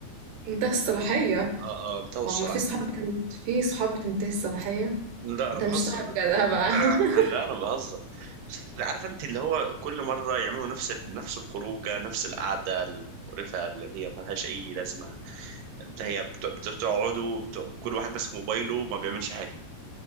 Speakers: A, on the right; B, on the right.
A: انتهى الصلاحية
B: اه اه انتهوا الصلاحيه
A: هو ما في صحاب بتنت... في صحاب بتنتهي الصلاحية
B: لا انا
A: انت
B: بهزر
A: مش صاحب جدع بقى
B: <coughs>
A: <laughs>
B: <clears throat> لا انا بهزر بس عارف انت اللي هو كل مره يعملوا نفس ال- نفس الخروجه نفس القعده المقرفه اللي هي ما لهاش اي لازمه اللي هي بت- بت- بتقعدوا بت- كل واحد ماسك موبايله وما بيعملش حاجه